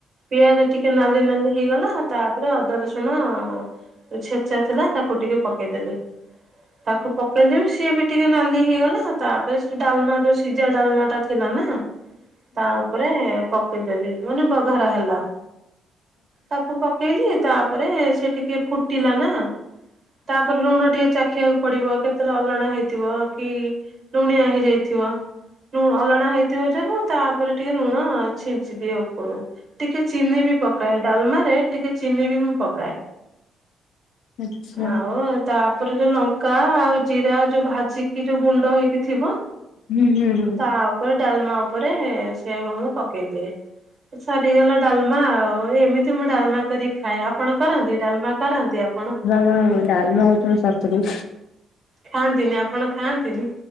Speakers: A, on the right (about 50°); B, on the left (about 75°).
A: ପିଆଜ ଟିକେ ନାଲି ନାଲି ହେଇଗଲା ତାପରେ ଅଦା ରସୁଣ-ଅ-ଅ-ଅ ଛେଚା ଥିଲା ତାକୁ ଟିକେ ପକେଇଦେଲି। ତାକୁ ପକେଇଦେବି ସିଏ ବି ଟିକେ ନାଲି ହେଇଗଲା ତାପରେ ସେ ଡାଲମା ଯୋଉ ସିଝା ଡାଲମା ଟା ଥିଲା ଆ ତା ଉପରେ ପକେଇଦେଲି ମାନେ ବଘରା ହେଲା। ତାକୁ ପକେଇଲି ତାପରେ-ଏ-ଏ ସେ ଟିକେ ଫୁଟିଲା ନା। ତାପରେ ଲୁଣ ଟିକେ ଚାଖିଆକୁ ପଡିବ କେତେବେଳେ ଅଲଣା ହେଇଥିବ କି ଲୁଣିଆ ହେଇଯାଇଥିବ ଲୁ ଅଲଣା ହେଇ <unintelligible> ତାପରେ ଟିକେ ଲୁଣ-ଅ ଛିଞ୍ଚି ଦିଏ ଉପରୁ। ଟିକେ ଚିନି ବି ପକାଏ ଡାଲମାରେ ଟିକେ ଚିନି ବି ମୁଁ ପକାଏ।
B: <unintelligible>
A: ଆଉ-ଉ-ଉ ତାପରେ ଯୋଉ ଲଙ୍କା ଆଉ ଜିରା ଯୋଉ ଭାଜିକି ଯୋଉ ଗୁଣ୍ଡ ହେଇକି ଥିବ।
B: ହୁଁ ହୁଁ ହୁଁ।
A: ତା ଉପରେ ଡାଲମା ଉପରେ ସେଇଆକୁ ମୁଁ ପକେଇ ଦିଏ। ସରିଗଲା ଡାଲମା ଆଉ ଏମି ତି ମୁଁ ଡାଲମା କରିକି ଖାଏ। ଆପଣ କରନ୍ତି ଡାଲମା କରନ୍ତି ଆପଣ?
B: ହୁଁ ଡାଲମା ହଉଛି ମୋ ଶତ୍ରୁ।
A: ଖାଆନ୍ତିନି ଆପଣ ଖାଆନ୍ତିନି।